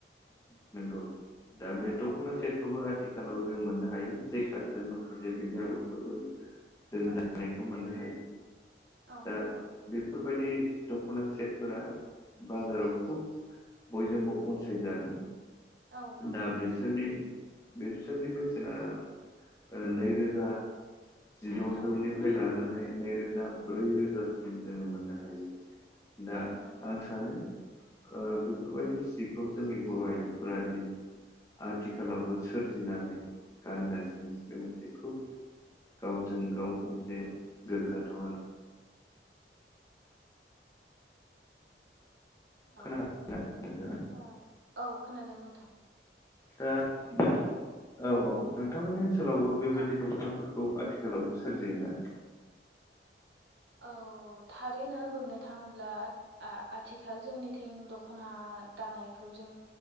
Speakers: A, on the left; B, on the right.
A: <inaudible>
B: औ
A: <inaudible> <inaudible>
B: औ औ
A: दा
B: नंगौ
A: बेफोरबायदि दख'ना सेटफोरा बाजाराव खुब बयजोंबो अनसायजादों
B: औ नंगौ
A: दा
B: नोंथां
A: बिसोरनि बेसोरनि बेसेना ओ नै रोजा जिद'जौनिफ्राय
B: औ
A: लानानै नै रोजा ब्रै रोजासिम जोङो मोननो हायो। दा
B: औ नंगौ नोंथां
A: आं सानो ओ बेफोरबायदि सिखौ जोंनि बर' आइजो <unintelligible> आथिखालावबो सोरजिनानै गानगासिनो बे मोनसे खुब गावजों गाव मोनसे गोग्गाथाव आरो। खोनादोंना
B: औ
A: नोंथाङा?
B: ओ औ खोनादों नोंथां।
A: दा <unintelligible> औ औ नोंथांमोननि ओनसोलावबो बेबायदि
B: औ
A: दख'नाफोर खौ आथिखालाव सोरजियोना।
B: औ थारैनो बुंनो थाङोब्ला आ-आथिखाल जोंनिथिं दख'ना दानायखौ जों